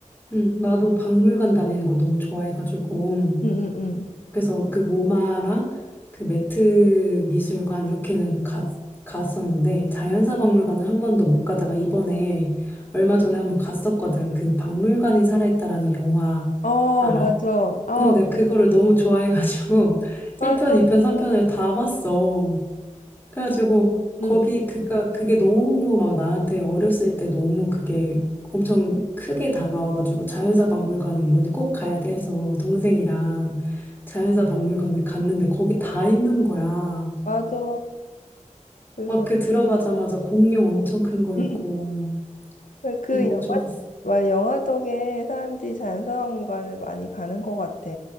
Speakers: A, on the left (about 15°); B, on the left (about 85°).
A: 음, 나도 박물관 다니는 걸 너무 좋아해가지고.
B: 응, 응, 응.
A: 그래서 그 모마랑 그 매트 미술관 이렇게는 가, 갔었는데, 자연사 박물관을 한 번도 못 가다가 이번에 얼마 전에 한번 갔었거든. 그 박물관이 살아있다라는 영화
B: 응. 어,
A: 알아?
B: 맞아. 어,
A: 어, 내가 그거를 너무 좋아해가지고 <laughs>
B: 맞아.
A: 1편, 2편, 3편을 다 봤어. 그래가지고 거기
B: 응.
A: 그가 그게 너무 막 나한테 어렸을 때 너무 그게 엄청 크게 다가와가지고 자연사 박물관을 이번에 꼭 가야 돼 해서 동생이랑 자연사 박물관을 갔는데 거기 다 있는 거야.
B: 맞아. 그래서
A: 막 그 들어가자마자 공룡 엄청 큰 거
B: <laughs>
A: 있고
B: 그
A: 너무
B: 영화,
A: 좋았어.
B: 와, 영화 덕에 사람들이 자연사박물관을 많이 가는 것 같아.